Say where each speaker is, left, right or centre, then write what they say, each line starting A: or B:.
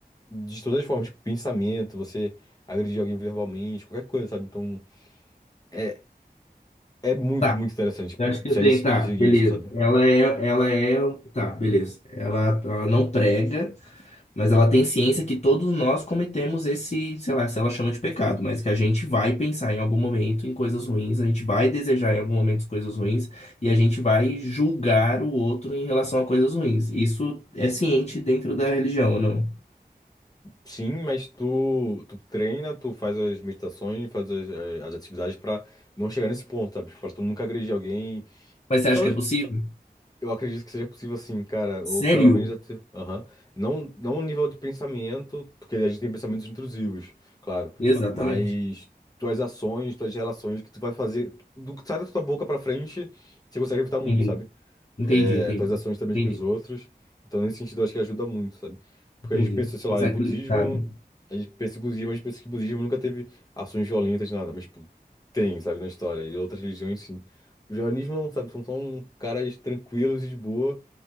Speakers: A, on the left; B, on the left.
A: de todas as formas, tipo, pensamento, você agredir alguém verbalmente, qualquer coisa, sabe? Então, é, é muito,
B: Tá.
A: muito interessante, tipo,
B: Eu acho que
A: se
B: eu tenho.
A: a gente
B: Tá,
A: seguir
B: beleza.
A: isso, sabe?
B: Ela é. Ela é. um, Tá, beleza. Ela, ela não prega. Mas ela tem ciência que todos nós cometemos esse, sei lá, se ela chama de pecado, mas que a gente vai pensar em algum momento em coisas ruins, a gente vai desejar em algum momento coisas ruins e a gente vai julgar o outro em relação a coisas ruins. Isso é ciente dentro da religião, ou não?
A: Sim, mas tu, tu treina, tu faz as meditações, faz as, eh, as atividades pra não chegar nesse ponto, sabe? Tipo, Pra tu nunca agredir alguém.
B: Mas você
A: Só
B: acha que é possível?
A: Eu acredito que seja possível sim, cara, ou
B: Sério?
A: pelo menos até, aham. Não, não o nível de pensamento, porque a gente tem pensamentos intrusivos, claro,
B: Exatamente.
A: mas tuas ações, tuas relações que tu vai fazer, do que sai da tua boca pra frente, você consegue evitar muito,
B: Entendi.
A: sabe?
B: Entendi,
A: é,
B: entendi.
A: tuas ações também
B: Entendi,
A: com os outros. Então, nesse sentido, eu acho que ajuda muito, sabe? Porque
B: entendi.
A: a gente pensa,
B: Você
A: sei
B: consegue
A: lá, em budismo,
B: limitar, né?
A: a gente pensa em budismo, a gente pensa que budismo nunca teve ações violentas, nada, mas, tipo, tem, sabe, na história. E outras religiões, sim. O jainismo não, sabe, são só um caras tranquilos e de boa.